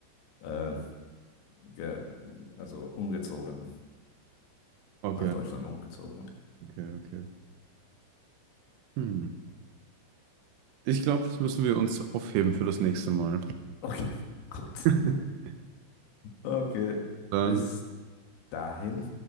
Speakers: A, on the left; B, on the right.
A: äh, ge, also umgezogen,
B: Okay,
A: nach Deutschland umgezogen.
B: okay, okay. Hm. Ich glaube, das müssen wir uns aufheben für das nächste Mal.
A: Okay, gut.
B: <laughs>
A: Okay,
B: Dann.
A: bis dahin.